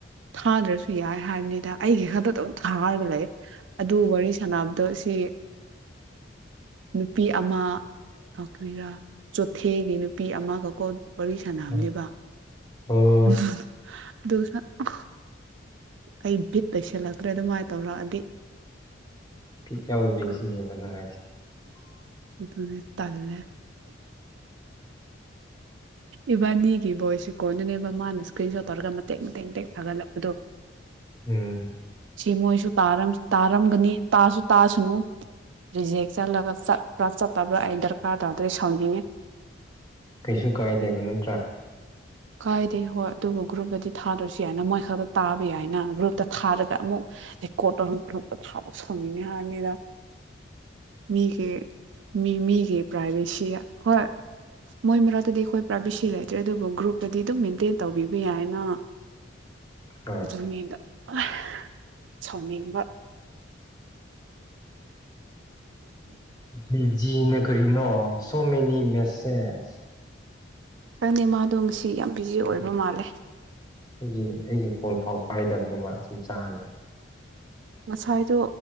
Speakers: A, on the right; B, on the left.
A: ꯊꯥꯗ꯭ꯔꯁꯨ ꯌꯥꯏ ꯍꯥꯏꯕꯅꯤꯗ ꯑꯩꯒꯤ ꯈꯛꯇ ꯑꯗꯨꯝ ꯊꯥꯔꯒ ꯂꯩ ꯑꯗꯨ ꯋꯥꯔꯤ ꯁꯥꯟꯅꯕꯗꯣ ꯁꯤ ꯅꯨꯄꯤ ꯑꯃ ꯑ ꯀꯔꯤꯔꯥ ꯆꯣꯊꯦꯒꯤ ꯅꯨꯄꯤ ꯑꯃꯒꯀꯣ ꯋꯥꯔꯤ ꯁꯥꯟꯅꯕꯅꯦꯕ
B: ꯎꯝ ꯑꯣ
A: <unintelligible> ꯑꯗꯨ ꯁꯥ ꯑ ꯑꯩ ꯕꯤꯠ ꯂꯩꯁꯜꯂꯛꯇ꯭ꯔꯦꯗ ꯑꯗꯨꯃꯥꯏꯅ ꯇꯧꯔꯛꯑꯗꯤ
B: ꯕꯤꯠ ꯌꯥꯎꯗ꯭ꯔꯦ ꯁꯤꯅꯦꯕ ꯅꯪ ꯍꯥꯏꯁꯦ
A: ꯑꯗꯨꯅꯦ ꯇꯜꯂꯦ ꯏꯕꯥꯅꯤꯒꯤ ꯚꯣꯏꯁ ꯔꯤꯀꯣꯟꯗꯨꯅꯦꯕ ꯃꯥꯅ ꯏꯁꯀ꯭ꯔꯤꯟ ꯁꯣꯠ ꯇꯧꯔꯒ ꯃꯇꯦꯛ ꯃꯇꯦꯛ ꯃꯇꯦꯛ ꯊꯥꯒꯠꯂꯛꯄꯗꯣ <inaudible>
B: ꯎꯝ
A: ꯁꯤ ꯃꯣꯏꯁꯨ ꯇꯥꯔꯝ ꯇꯥꯔꯝꯒꯅꯤ ꯇꯥꯁꯨ ꯇꯥꯁꯅꯨ ꯔꯤꯖꯦꯛ ꯆꯠꯂꯒ ꯆꯠꯄ꯭ꯔꯥ ꯆꯠꯇꯕ꯭ꯔꯥ ꯑꯩ ꯗꯔꯀꯥꯔ ꯇꯥꯗ꯭ꯔꯦ ꯁꯥꯎꯅꯤꯡꯉꯦ
B: ꯀꯩꯁꯨ ꯀꯥꯏꯗꯦꯕ ꯅꯠꯇ꯭ꯔꯥ
A: ꯀꯥꯏꯗꯦ ꯍꯣꯏ ꯑꯗꯨꯕꯨ ꯒ꯭ꯔꯨꯞꯇꯗꯤ ꯊꯥꯗ꯭ꯔꯁꯨ ꯌꯥꯏꯅ ꯃꯣꯏ ꯈꯛꯇ ꯇꯥꯕ ꯌꯥꯏꯅ ꯒ꯭ꯔꯨꯞꯇ ꯊꯥꯔꯒ ꯑꯃꯨꯛ ꯔꯦꯀꯣꯇ ꯇꯧꯔꯒ ꯒ꯭ꯔꯨꯞꯇ ꯊꯥꯕ ꯁꯥꯎꯅꯤꯡꯉꯤ ꯍꯥꯏꯕꯅꯤꯗ ꯃꯤꯒꯤ ꯃꯤ ꯃꯤꯒꯤ ꯄ꯭ꯔꯥꯏꯚꯦꯁꯤ ꯍꯣꯏ ꯃꯣꯏ ꯃꯔꯛꯇꯗꯤ ꯑꯩꯈꯣꯏ ꯄ꯭ꯔꯥꯏꯕꯦꯁꯤ ꯂꯩꯇ꯭ꯔꯦ ꯑꯗꯨꯕꯨ ꯒ꯭ꯔꯨꯞ ꯑꯗꯨꯗꯤ ꯑꯗꯨꯝ ꯃꯦꯟꯇꯦꯟ ꯇꯧꯕꯤꯕ ꯌꯥꯏꯅ
B: ꯑꯥ
A: ꯑꯗꯨꯅꯤꯗ <unintelligible> ꯁꯥꯎꯅꯤꯡꯕ
B: ꯕꯤꯖꯤꯅ ꯀꯔꯤꯅꯣ ꯁꯣ ꯃꯦꯅꯤ ꯃꯦꯁꯦꯁ
A: ꯈꯪꯗꯦ ꯃꯥꯗꯣ ꯉꯁꯤ ꯌꯥꯝ ꯕꯤꯖꯤ ꯑꯣꯏꯕ ꯃꯥꯜꯂꯦ
B: ꯑꯩꯒꯤ ꯑꯩꯒꯤ ꯐꯣꯜ ꯐꯥꯎ ꯄꯥꯏꯗꯕꯅꯤ ꯃꯥ ꯆꯩ ꯆꯥꯅꯤ
A: ꯉꯁꯥꯏꯗꯣ